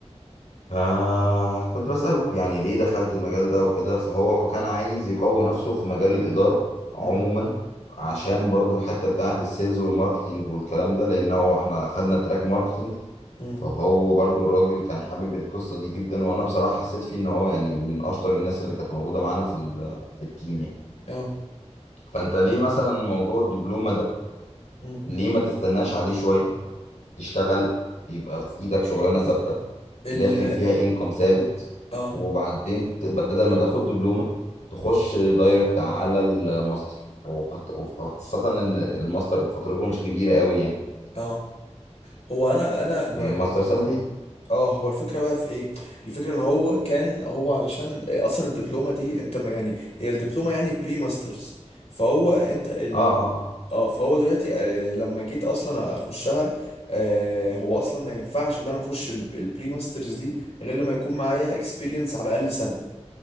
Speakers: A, on the left; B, on the left.
A: فكنت بسأله يعني ليه دخلت المجال ده وكده فهو كان عايز يقوي نفسه في مجال الإدارة عموما
B: مم،
A: عشان
B: مم،
A: برضو الحتة بتاعة السيلز والماركتينج والكلام ده لأن هو احنا خدنا تراك ماركتينج
B: مم،
A: فهو برضو الراجل كان حابب القصة دي جدا وأنا بصراحة حسيت فيه إن هو يعني من أشطر الناس اللي كانت موجودة معانا في ال- في التيم يعني
B: اه
A: فأنت ليه مثلا موضوع الدبلومة ده
B: مم.
A: ليه ما تستناش عليه شوية تشتغل يبقى في إيدك شغلانة ثابتة
B: ال
A: داخل فيها انكم ثابت
B: اه
A: وبعدين ت- بدل ما تاخد دبلومة تخش دايركت على الماستر وخط- وخاصة ان الماستر فترته مش كبيرة قوي يعني
B: اه هو انا انا ب...
A: يعني الماستر سنتين
B: اه هو الفكره بقى في ايه الفكره ان هو كان هو علشان اصلا الدبلومه دي انت ما يعني هي الدبلومه يعني بري ماسترز فهو انت ال...
A: اه اه
B: اه فهو دلوقتي آه، لما جيت اصلا اخشها آه هو اصلا ما ينفعش ان انا اخش الب- البري ماسترز دي غير لما يكون معايا اكسبيرينس على الاقل سنه